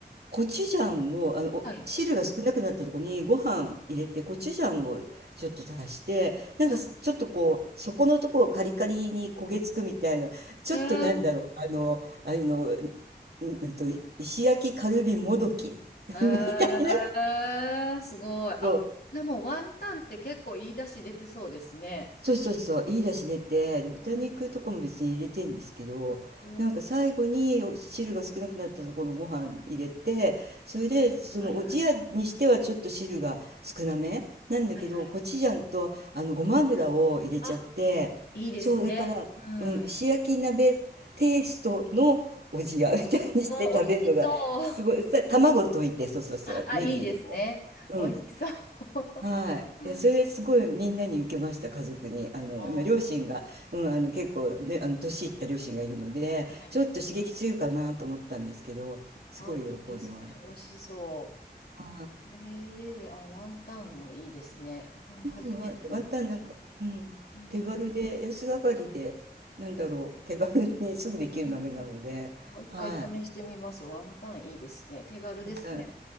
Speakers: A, on the right; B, on the left.
A: コチュジャンを、あの、お汁が少なくなったとこにご飯入れて、
B: はい。
A: コチュジャンをちょっと足して、なんかすちょっとこう、
B: はい。
A: 底のところをカリカリに焦げつくみたいな、ちょっとなんだろう、
B: え
A: あの、あの、んんと、石焼きカルビもどき <laughs>
B: ー、えー、
A: みたいな、
B: すごい。あ、
A: そう
B: でもワンタンって結構言い出し出てそうですね。
A: そうそうそう、いい出汁出て、で豚肉とかも別に入れてんですけど、
B: うん。おお
A: なんか最後にお汁が少なくなったところのご飯入れて、それで、そのおじやにしてはちょっと汁が少なめなんだけど、
B: はいはいはい。
A: コチュジャンとあのごま油を入れちゃって、
B: あ、いいですね。
A: そう、だから、
B: うん。
A: うん、石焼き鍋テイストのおじやみたいにして食べるのが、
B: わ、美味しそう。
A: すごい、さ、卵溶いて、そうそうそう、
B: <laughs> あ、
A: ネギ入れて。
B: いいですね。
A: うん。
B: 美味しそう。
A: はい。
B: <laughs>
A: いや、それすごいみんなに受けました、家族に。あの、
B: あー、
A: 今、両親が、うん、あの、結構ね、あの、年いった両親がいるので、
B: はい。
A: ちょっと刺激強いかなと思ったんですけど、すごい喜んでもらった。
B: あ、いいですね。美味しそ
A: は
B: う。えー、家で、あ、ワンタンもいいですね。
A: い。で
B: あ、
A: うん、
B: 初めての。
A: ワンワンタンなんか、うん、
B: うん。
A: 手軽で、安上がりで、なんだろう、手軽にすぐできる鍋なので、
B: うんあ一回試してみます。
A: はい。
B: ワンタンいいですね。手軽ですね。
A: ワンタン、